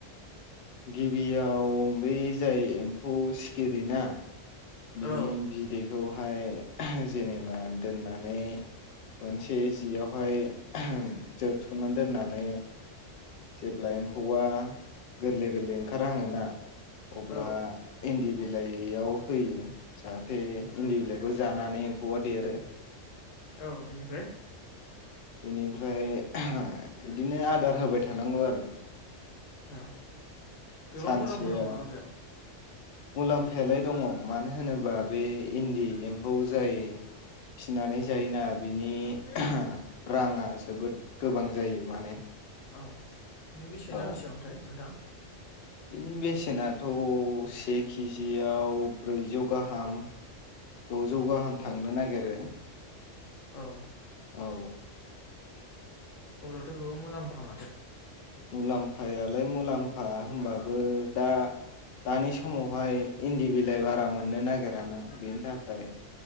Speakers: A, on the left (about 60°); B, on the left (about 80°).
A: गिबियाव बे जाय एम्फौ सिखिरि ना बिनि
B: औ
A: बिदै <unintelligible> खौहाय जेनेबा दोननानै मोनसे जियावहाय जोबथुमनानै दोननानै जेब्ला एम्फौवा गोरलै गोरलै ओंखार हाङोना। अब्ला
B: औ
A: इन्दि बिलाइयाव होयो जाहाथे इन्दि बिलाइखौ जानानै एम्फौआ देरो
B: औ बिनिफ्राय
A: बेनिफ्राय बिदिनो आदार होबाय थानांगौ आरो
B: औ गोबां
A: सानसेयाव
B: मुलाम्फा दं नामा बेयाव
A: मुलाम्फायालाय दङ मानो होनोबा बे इन्दि एम्फौ जाय फिनानै जायोना बिनि <unintelligible> राङा जोबोद गोबां जायो माने
B: अ' बिनि बेसेना
A: औ
B: बेसेबांथाय नोंथां?
A: बिनि बेसेनाथ' से के जि याव ब्रैजौ गाहाम द'जौ गाहाम
B: अ
A: थांनो नागिरो
B: औ
A: औ
B: अब्लाथ' गोबां मुलाम्फा माथो
A: मुलाम्फायालाय मुलाम्फा होमबाबो दा दानि समावहाय इन्दि बिलाइ बारा मोननो नागिरा ना बेनि थाखाय।